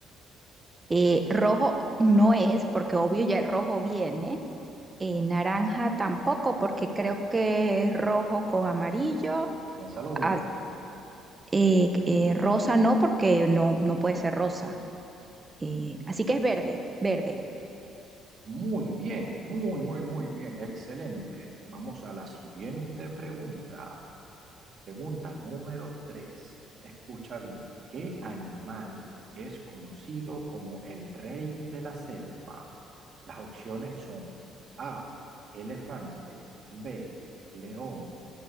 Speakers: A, on the right (about 25°); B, on the right (about 50°).
A: Eh, rojo no es, porque obvio ya el rojo viene. Eh, naranja tampoco, porque creo que es rojo con amarillo.
B: Piénsalo
A: Ah,
B: bien.
A: eh, eh, rosa no, porque no, no puede ser rosa. Eh, así que es verde, verde.
B: Muy bien, muy, muy, muy bien. Excelente. Vamos a la siguiente pregunta. Pregunta número 3. Escucha bien. ¿Qué animal es conocido como el rey de la selva? Las opciones son A, elefante, B, león,